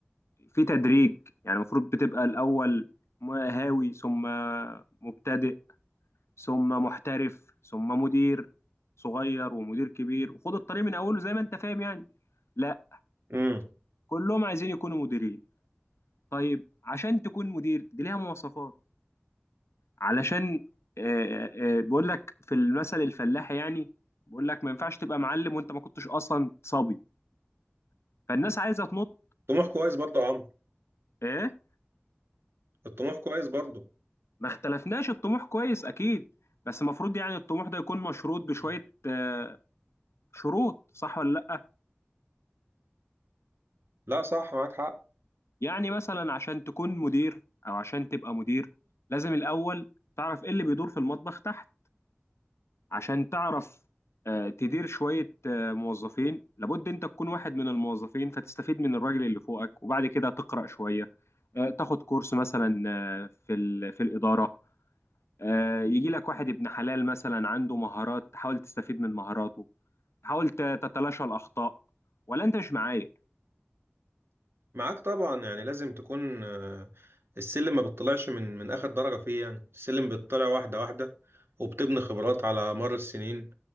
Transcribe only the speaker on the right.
امم
طموح كويس برضه يا عمرو
الطموح كويس برضه
مم.
لا صح معاك حق
معاك طبعا يعني لازم تكون آه، السلم ما بتطلعش من من اخر درجة فيه يعني السلم بيطلع واحدة واحدة وبتبني خبرات على مر السنين